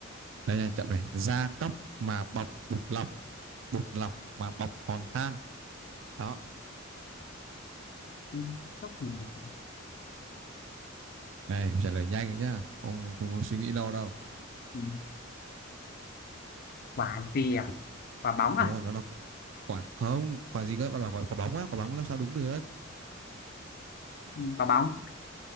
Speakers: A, on the right (about 65°); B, on the left (about 45°).
A: đây nha chậm này da cóc mà bọc bột lọc bột lọc mà bọc hòn than đó
B: Ừ, Sóc thì một cái-
A: này trả lời nhanh ấy nhá không, không có suy nghĩ lâu đâu
B: ừ, quả gì à quả bóng
A: đúng
B: à
A: rồi nó là quả, không quả gì cơ bạn bảo quả, quả bóng á quả bóng làm sao đúng được
B: Ừ, quả bóng